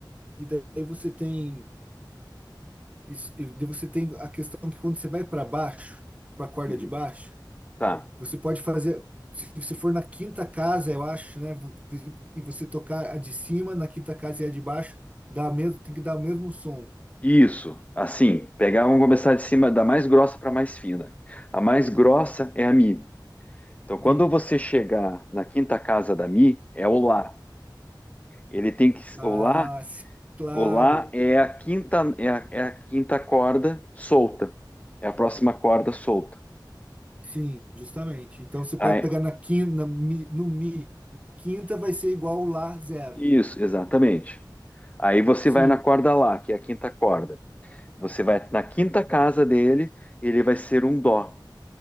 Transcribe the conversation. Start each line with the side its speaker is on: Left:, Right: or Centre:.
Right: e daí você tem isso, e daí você tem a questão que quando você vai para baixo, para a corda
Left: Uhum.
Right: de baixo,
Left: Tá.
Right: você pode fazer se você for na quinta casa, eu acho, né, vo- e você tocar a de cima, na quinta casa e a de baixo, dá mesmo, tem que dar o mesmo som.
Left: Isso, assim, pegar, vamos começar de cima da mais grossa para a mais fina. A mais grossa é a Mi. Então, quando
Right: Sim.
Left: você chegar na quinta casa da Mi, é o Lá. Ele tem que,
Right: Ah,
Left: o Lá,
Right: s- claro.
Left: O Lá é a quinta, é a, é a quinta corda solta. É a próxima corda solta.
Right: Sim, justamente. Então você pode
Left: Aí-
Right: pegar na quinta, na mi- no mi, na quinta vai ser igual lá zero.
Left: isso, exatamente. Aí você
Right: Sim,
Left: vai na corda Lá, que é a quinta corda. Você vai na quinta casa dele, ele vai ser um Dó.